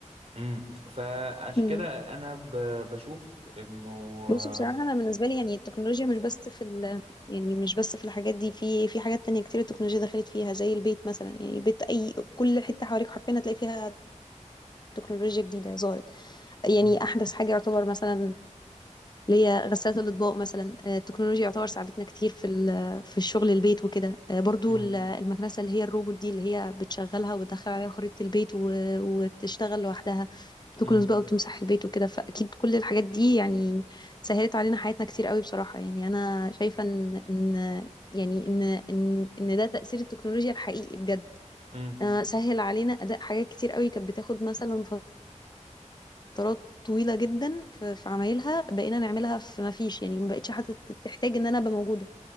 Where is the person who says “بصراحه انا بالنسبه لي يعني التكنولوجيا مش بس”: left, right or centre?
Left